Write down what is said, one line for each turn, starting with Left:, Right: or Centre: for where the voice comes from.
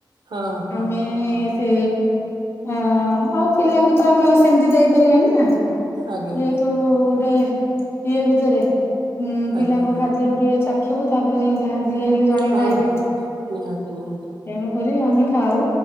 Right: ହଁ ହଁ
Left: ଆମେ
Right: ହଁ
Left: ସେ ଓଁ ଆଉ ପିଲାଙ୍କୁ ତ ଆମେ ଆଉ ସେମିତି ଦେଇପାରିବାନି ନା
Right: ଆଜ୍ଞା
Left: ଇଏ ତୁ ଗୋଟେ ଇଏ ଭିତରେ ଉ ପିଲାଙ୍କ
Right: ଆଜ୍ଞା ଆଜ୍ଞା
Left: ଖାଦ୍ୟ ର ଟିକେ ଚା ଦେଖିବୁ, ତାପରେ ଜାଇଁ ଯାହା ଯିଏ ହେଲେ ଜଣେ
Right: ହଁ
Left: ଖାଇବେ।
Right: ହଁ ନିହାତି ନିହାତି
Left: ତେଣୁ କରି ଆମେ ଖାଉ,